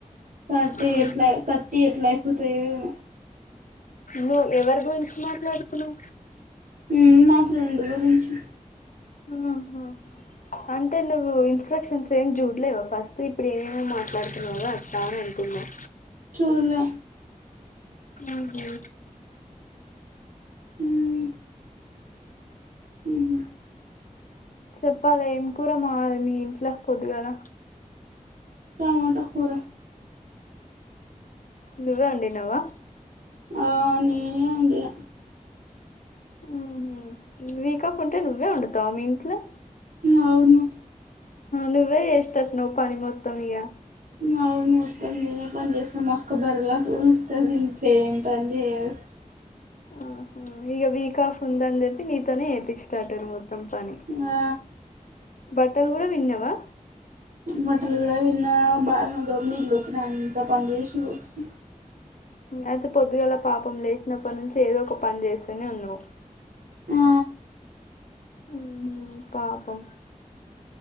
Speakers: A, on the right; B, on the left.
A: థర్టీ
B: ఉహు
A: ఎట్లా థర్టీ ఎట్ల అయిపోతాయో ఏమో
B: ను్ ఎవరి గురించి మాట్లాడుకున్నా్
A: ఉమ్ మా ఫ్రెండ్ గురించి
B: ఆహా అంటే నువ్వు ఇన్స్ట్రక్షన్స్ ఏమి చూడలేవా ఫస్ట్ ఇప్పుడు ఏమేమో మాట్లాడుతున్నావో అట్లా అని అనుకున్నావు
A: సూడలే
B: ఉహు
A: హ్మ్ ఉహు
B: చెప్పాలే ఏం కూర మావాలి నీ ఇంట్లా పొద్దుగాల
A: టమాటా కూర
B: నువ్వే ఒండినవా
A: ఆ నేనే ఒండినా
B: మ్మ్ హూ వీక్ ఆఫ్ ఉంటే నువ్వే ఒండుతవా మీ ఇంట్లో
A: అవును
B: నువ్వే చేసెటట్టు ఉన్నవ్ పని మొత్తం ఇగా
A: అవును మొత్తం నేనే పని చేస్తా మా అక్క బర్రె లెక్క కుసుంటది ఇంట్లో ఏం పని చేయదు
B: ఆహా ఇగ వీక్ ఆఫ్ ఉందని చెప్పి నీతోనే చేపిచ్చెటటున్నరు మొత్తం పని
A: ఆ
B: బట్టలు కూడా పిండిన్నవా
A: బట్టలు కూడా పిండిన బాసినలు తోమి ఇల్లు ఊకిన అంతా పని చేసి కూసున్నా
B: అయితే పొద్దుగాల పాపం లేచినప్పటి నుంచి ఏదో ఒక పని చేస్తనే ఉన్నవ్
A: ఆ
B: హ్మ్ పాపం